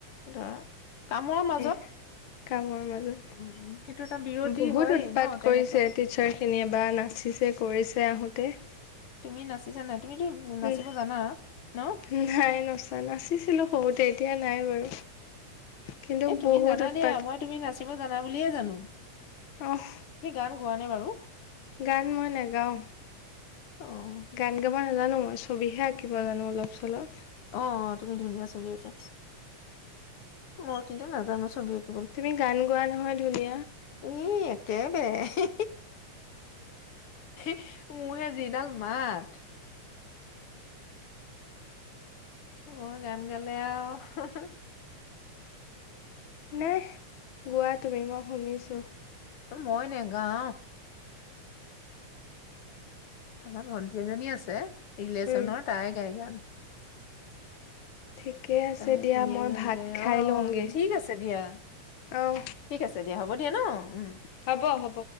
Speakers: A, on the left; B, on the left.
A: ধৰা কামৰ মাজত
B: সেই কামৰ মাজত
A: উম, উম, সেইটো এটা বিৰতি
B: বহুত
A: হয়েই
B: উৎপাত
A: ন
B: কৰিছে,
A: তেনেকুৱা
B: টিচাৰ খিনিয়ে বা নাচিছে কৰিছে আহোতে। তে
A: তুমি নাচিছা নাই? তুমিতো নাচিব
B: উম
A: জানা ন
B: নাই নচা নাচিছিলো সৰুতে। এতিয়া নাই বাৰু কিন্তু
A: এ তুমি
B: বহুত
A: জানা
B: উৎপাত
A: দিয়া মই তুমি নাচিব জানা বুলিয়ে জানো
B: অহ
A: তুমি গান গোৱা নে বাৰু
B: গান মই নাগাও
A: অ',
B: গান গাব নাজানো মই ছবিহে আঁকিব জানো অলপ চলপ
A: অ অ তুমি ধুনীয়া ছবি আঁকা মই কিন্তু নাজানো ছবি আঁকি
B: তুমি গান গোৱা নহয় ধুনীয়া
A: ই একেবাৰে <unintelligible> মোৰহে যিডাল মাত মই গান গালে আৰু
B: নে গোৱা তুমি মই শুনিছো
A: মই নেগাও আমাৰ ভন্টি এজনী আছে, ৰিলেশ্যনৰ
B: উম
A: তাই গাই গান।
B: ঠিকে আছে
A: তাই
B: দিয়া
A: ধুনীয়া
B: মই
A: গান
B: ভাত
A: গায়
B: খাই
A: অ',
B: লওঁগে
A: ঠিক আছে দিয়া।
B: অহ
A: ঠিক আছে দিয়া হ'ব <unintelligible> ন উম।
B: হ'ব হ'ব।